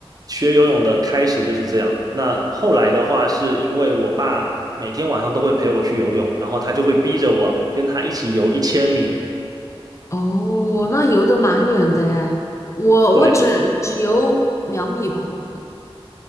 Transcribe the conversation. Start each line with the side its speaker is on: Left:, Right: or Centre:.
Right: 学游泳的开始就是这样。那后来的话，是因为我爸每天晚上都会陪我去游泳，然后他就会逼着我跟他一起游一千米。
Left: 哦，那游的蛮远的哎，我我只只游两米吧。
Right: 对，